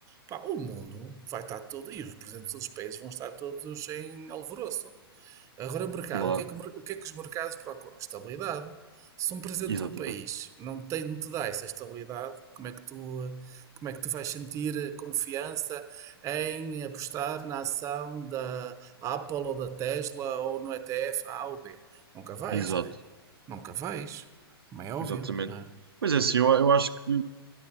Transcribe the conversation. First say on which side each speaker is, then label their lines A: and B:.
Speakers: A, on the right; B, on the right.
A: pá, o mundo vai estar todo, e os presidentes dos países vão estar todos em alvoroço. Agora, o mercado,
B: claro.
A: o que é que, o mer- o que é que os mercados procuram? Estabilidade. Se um presidente
B: Exatamente.
A: de um país não tem, não te dá essa estabilidade, como é que tu, eh, como é que tu vais sentir eh, confiança em apostar na ação da Apple ou da Tesla ou no ETF A ou B? Nunca vais,
B: Exato.
A: não é? Nunca vais, como é óbvio,
B: Exatamente.
A: não é?
B: Mas é assim, eu, eu acho que